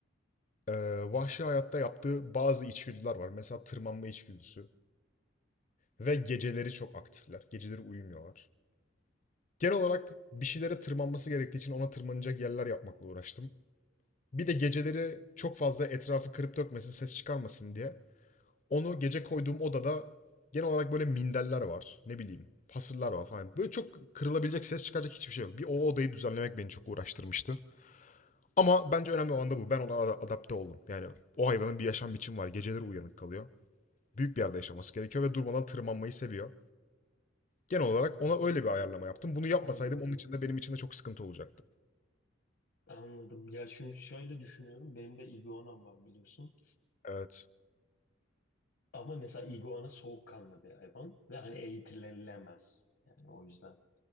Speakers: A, on the left; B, on the left.
A: e, vahşi hayatta yaptığı bazı içgüdüler var. Mesela tırmanma içgüdüsü. Ve geceleri çok aktifler. Geceleri uyumuyorlar. Genel olarak bir şeylere tırmanması gerektiği için ona tırmanacak yerler yapmakla uğraştım. Bir de geceleri çok fazla etrafı kırıp dökmesin, ses çıkarmasın diye Onu gece koyduğum odada genel olarak böyle minderler var. Ne bileyim fasıller var falan. Böyle çok kırılabilecek, ses çıkacak hiçbir şey yok. Bir o odayı düzenlemek beni çok uğraştırmıştı. Ama bence önemli olan da bu. Ben ona adapte oldum. Yani o hayvanın bir yaşam biçimi var. Geceleri uyanık kalıyor. Büyük bir yerde yaşaması gerekiyor ve durmadan tırmanmayı seviyor. Genel olarak ona
B: Hı hı.
A: öyle bir ayarlama yaptım. Bunu yapmasaydım
B: Anladım.
A: onun için de benim için de çok sıkıntı olacaktı.
B: Anladım. Ya şimdi şöyle düşünüyorum. Benim de iguanam var biliyorsun.
A: Evet.
B: Ama mesela iguana soğukkanlı bir hayvan ve hani eğitilemez. Yani o yüzden.